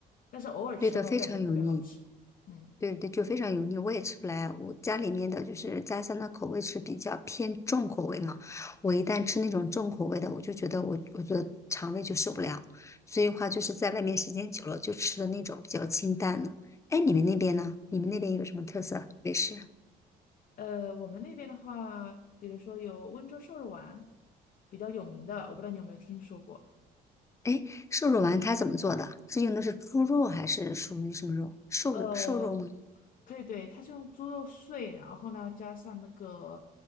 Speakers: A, on the left; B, on the left.
A: 但是偶尔吃的话，
B: 对的，非常油腻。
A: 我感觉特别好吃。嗯，
B: 对对，就非常油腻，我也吃不来。我家里面的就是家乡的口味是比较偏重口味嘛，我一旦吃那种重口味的，我就觉得我我的肠胃就受不了。所以的话就是在外面时间久了，就吃的那种比较清淡的。哎，你们那边呢？你们那边有什么特色美食？
A: 呃，我们那边的话，比如说有温州瘦肉丸，比较有名的，我不知道你有没有听说过。
B: 哎，瘦肉丸它怎么做的？是用的是猪肉还是属于什么肉？瘦的瘦肉吗？
A: 呃，对对，它是用猪肉碎，然后呢加上那个，